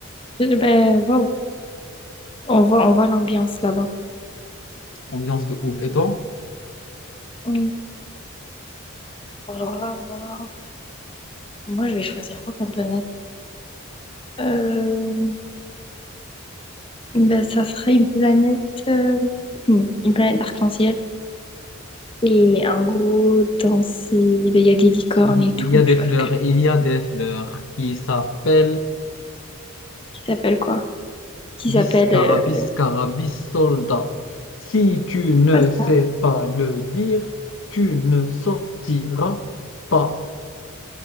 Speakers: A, on the left; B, on the left.
A: Je- Ben, waouh. On voit, on voit l'ambiance là-bas.
B: ambiance de ouf. Et toi?
A: Hmm. Alors là, moi, moi, je vais choisir quoi comme planète? Euh, Ben, ça serait une planète, euh, hmm, une planète arc-en-ciel. Et en gros, dans ces, ben, il y a des licornes
B: Il
A: et tout.
B: y a des
A: Tu vois
B: fleurs,
A: ce que,
B: il y a des fleurs qui s'appellent
A: qui s'appelle quoi? Qui s'appelle.
B: Biscara,
A: euh,
B: Biscarabis, carabis, soldat. Si tu ne
A: quoi ça
B: sais pas le dire, tu ne sortiras pas.